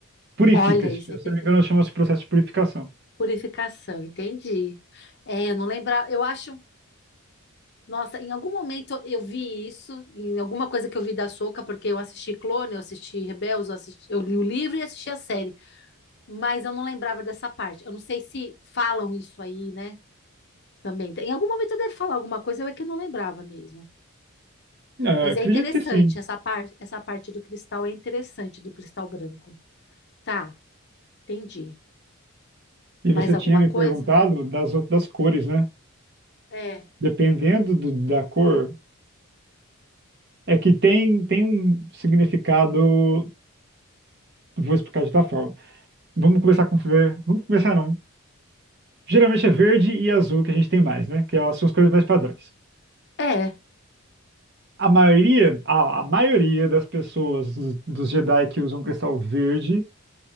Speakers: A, on the right; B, on the left.
A: Purifica,
B: olha
A: se
B: isso,
A: eu
B: é inte-
A: não me engano, chama-se processo de purificação.
B: purificação, entendi. É, eu não lembrava, eu acho, nossa, em algum momento eu vi isso, em alguma coisa que eu vi da Soca porque eu assisti Clone, eu assisti Rebels, eu, assisti- eu li o livro e assisti a série, mas eu não lembrava dessa parte. Eu não sei se falam isso aí, né? Também. Em algum momento deve falar alguma coisa, eu é que não lembrava mesmo.
A: Ah,
B: Mas
A: acredito
B: é interessante,
A: que sim.
B: essa, par essa parte do cristal é interessante, do cristal branco. Tá, entendi.
A: E
B: Mais
A: você
B: alguma
A: tinha me
B: coisa?
A: perguntado das outras cores, né?
B: É.
A: Dependendo do- da cor. é que tem, tem um significado. Vou explicar de outra forma. Vamos começar com ver. Vamos começar não. Geralmente é verde e azul que a gente tem mais, né? Que elas são as cores mais padrões.
B: É, é.
A: A maioria, a, a maioria das pessoas dos, dos Jedi que usam cristal verde,